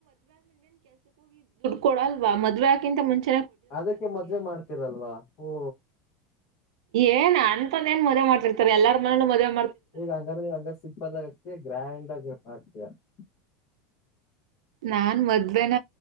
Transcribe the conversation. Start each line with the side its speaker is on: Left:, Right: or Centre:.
Right: ಕೊಡ ಅಲ್ವಾ ಮದ್ವೆ ಆಗೋಕಿಂತ ಮುಂಚೆ
Left: ಅದಕ್ಕೆ ಮದ್ವೆ ಮಾಡ್ತಿರಲ್ವಾ ಹಓ.
Right: ಏನ್ ಅಂತಂದ ಏನ್ ಮದ್ ಮಾಡತಿರ್ತಾರೆ ಎಲ್ಲರ ಮನೇ ಮದೆ.
Left: ಈಗ ಹಂಗಾರ ಹಂಗ ಸಿಗ್ಬಲ್ ಆತ್ತೆ ಗ್ರ್ಯಾಂಡ್ ಆಗತ್ತೆ. ಅ <unintelligible>
Right: ನಾನ್ ಮದ್ವೆನ